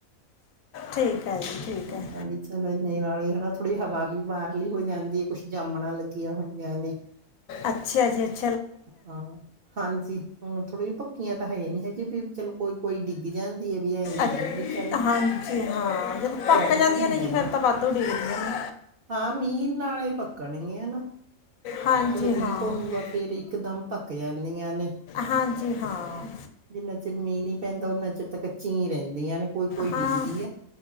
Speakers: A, on the left (about 80°); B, on the right (about 60°).
A: ਠੀਕ ਹੈ ਜੀ ਠੀਕ
B: ਹਾਂ
A: ਹੈ
B: ਇਹ ਵੀ ਚਲੋੇ, ਨਾਲੇ ਹਵਾ ਥੋੜ੍ਹੀ ਹਵਾ ਵੀ ਬਾਹਰਲੀ ਹੋ ਜਾਂਦੀ ਹੈ, ਕੁੱਝ ਜੰਮਣਾ ਲੱਗੀਆਂ ਹੋਈਆਂ ਨੇ।
A: ਅੱਛਾ ਜੀ, ਅ
B: ਹਾਂ ਹਾਂਜੀ, ਹੁਣ ਥੋੜੀਆਂ ਜਿਹੀ ਪੱਕੀਆਂ ਤਾਂ ਹੈ ਨੀ ਹਜੇ ਵੀ ਚਲੋ, ਕੋਈ-ਕੋਈ ਡਿੱਗੀ ਜਾਂਦੀ ਹੈ ਵੀ, ਐਨੀ
A: ਅੱਛ-
B: ਹੈਗੀ ਵੀ ਚੱਲ
A: ਹਾਂਜੀ ਹਾਂ ਜਦੋਂ ਪੱਕ
B: ਜਿਆਦਾ
A: ਜਾਂਦੀਆਂ
B: ਤਾਂ ਨਹੀਂ
A: ਨੇ ਜੀ
B: ਹੈਗੇ।
A: ਫਿਰ ਤਾਂ ਵਾਧੂ ਡਿੱਗਦੀਆਂ ਨੇ।
B: ਹਾਂ, ਮੀਂਹ ਨਾਲ ਹੀ ਪੱਕਣਗੀਆਂ ਨਾ।
A: ਹਾਂਜੀ
B: ਜਦੋਂ ਮੀਂਹ
A: ਹਾਂ
B: ਪਊਗਾ ਫੇਰ, ਇਕ ਦਮ ਪੱਕ ਜਾਂਦੀਆਂ ਨੇ।
A: ਹਾਂਜੀ ਹਾਂ
B: ਜਿੰਨਾ ਚਿਰ ਮੀਂਹ ਨਹੀਂ ਪੈਂਦਾ, ਉਹਨਾ ਚਿਰ ਤਾਂ ਕੱਚੀਂ ਰਹਿੰਦੀਆਂ ਨੇ ਕੋਈ-ਕੋਈ
A: ਹਾਂ
B: ਡਿੱਗਦੀਆਂ।